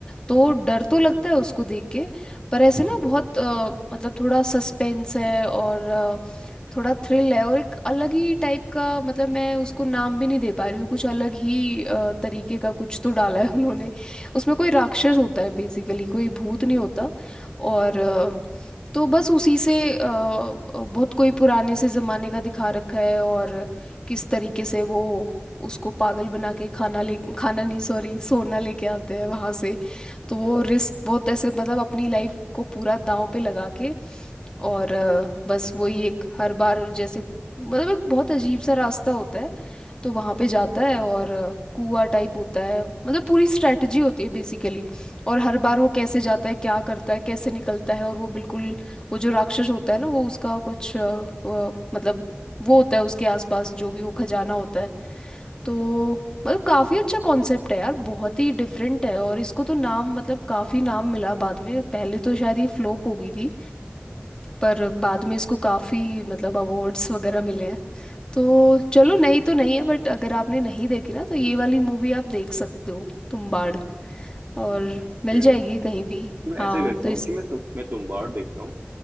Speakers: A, on the left; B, on the right.
A: तो डर तो लगता है उसको देख के पर ऐसे ना बहुत अ, मतलब थोड़ा सस्पेंस है और थोड़ा थ्रिल है और एक अलग ही टाइप का मतलब मैं उसको नाम भी नहीं दे पा रही हूँ कुछ अलग ही अ, तरीके का कुछ तो डाला है उन्होंने उसमें कोई राक्षस होता है बेसिकली कोई भूत नहीं होता और अ, तो बस उसी से अ, बहुत कोई पुराने से ज़माने का दिखा रखा है और किस तरीके से वो उसको पागल बना के खाना ले खाना नहीं सॉरी सोना लेके आते हैं वहाँ से तो वो रिस्क बहुत ऐसे मतलब अपनी लाइफ को पूरा दांव पे लगा के और अ, बस वही एक हर बार जैसे मतलब एक बहुत अजीब सा रास्ता होता है तो वहाँ पे जाता है और अ, कुआं टाइप होता है मतलब पूरी स्ट्रेटजी होती है बेसिकली और हर बार वो कैसे जाता है क्या करता है कैसे निकलता है और वो बिल्कुल वो जो राक्षस होता है ना वो उसका कुछ अ, अ, मतलब वो होता है उसके आसपास जो भी वो खजाना होता है तो मतलब काफ़ी अच्छा कॉन्सेप्ट है यार बहुत ही डिफरेंट है और इसको तो नाम मतलब काफ़ी नाम मिला बाद में पहले तो शायद ये फ्लोप हो गई थी पर बाद में इसको काफ़ी मतलब अवार्ड्स वगैरह मिले हैं तो चलो नई तो नहीं है बट अगर आपने नहीं देखी ना तो ये वाली मूवी आप देख सकते हो तुम्बाड़ और
B: ओके
A: मिल जाएगी कहीं भी
B: तो मैं
A: हाँ
B: ऐसे करता
A: तो
B: हूँ
A: इस
B: कि मैं तो मैं तुम्बाड़ देखता हूँ